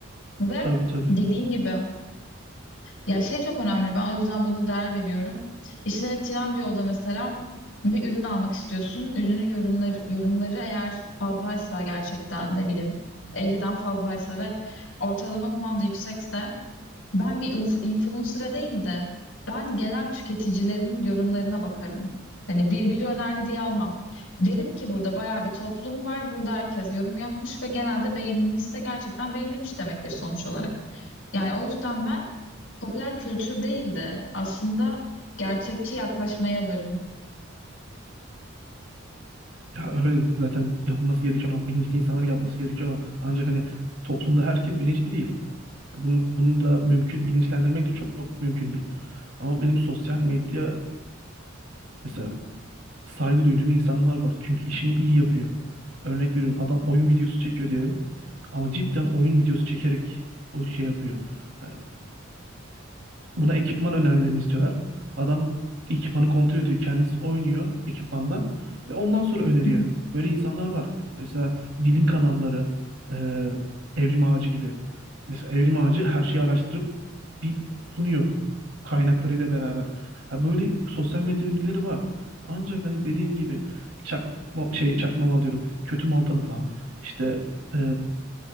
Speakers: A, on the left; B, on the right.
A: ve
B: Tabii tabii.
A: dediğin gibi. Ya şey çok önemli. Ben o yüzden buna değer veriyorum. İşte Trendyol'da mesela bir ürün almak istiyorsun. Ürünün yorumları, yorumları eğer fazlaysa gerçekten ne bileyim 50'den fazlaysa ve ortalama puan da yüksekse ben bir inf influencer'a değil de ben genel tüketicilerin yorumlarına bakarım. Hani bir, biri önerdi diye almam. Derim ki burada bayağı bir toplum var. Burada herkes yorum yapmış ve genelde beğenilmişse gerçekten beğenilmiş demektir sonuç olarak. Yani o yüzden ben popüler kültür değil de aslında gerçekçi yaklaşmaya varım.
B: Ya öyle zaten yapılması gereken, o, bilinçli insanların yapması gereken o. ancak hani toplumda herkes bilinçli değil. Bunu, bunu da mümkün bilinçlendirmek de çok, çok mümkün değil. Ama benim sosyal medyada mesela saygı duyduğum insanlar var. Çünkü işini iyi yapıyor. Örnek veriyorum adam oyun videosu çekiyor diyelim. Ama cidden oyun videosu çekerek o şey yapıyor. Yani Buna ekipman önermelerini istiyorlar. Adam ekipmanı kontrol ediyor. Kendisi oynuyor ekipmanla ve ondan sonra öneriyor.
A: Hı hı.
B: Böyle insanlar var. Mesela bilim kanalları, e, Evrim Ağacı gibi. Mesela Evrim Ağacı her şeyi araştırıp bir sunuyor kaynaklarıyla beraber. Ha böyle sosyal medya ünlüleri var. Ancak hani dediğin gibi çakma şey çakma mal diyorum. Kötü mal tanıtan işte e,